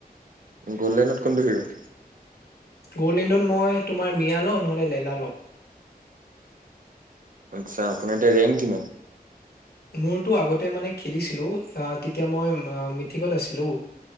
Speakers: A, on the right; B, on the left.
A: গ'ল্ডেনত কোনটো হেৰি
B: গলডেনত মই তোমাৰ মিয়া লওঁ নহ'লে লেলা লওঁ
A: আচ্ছা আপোনাৰ এতিয়া ৰেংক কিমান
B: মোৰতো আগতে মানে খেলিছিলোঁ তেতিয়া মই মিথিকত আছিলোঁ